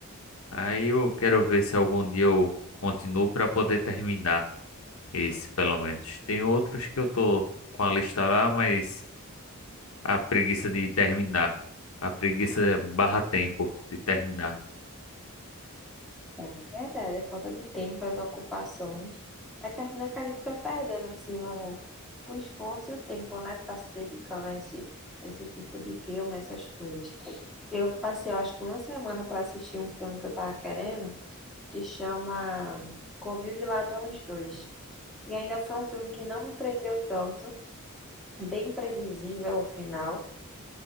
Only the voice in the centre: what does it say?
É verdade, é falta de tempo, as ocupações. Aí termina que a gente vai perdendo assim o, o esforço e o tempo, né? de Tá se dedicando a esse, esse tipo de filme, essas coisas. Eu passei, eu acho que uma semana para assistir um filme que eu tava querendo, que chama Covil de Ladrões dois E ainda foi um filme que não me prendeu tanto, bem imprevisível o final.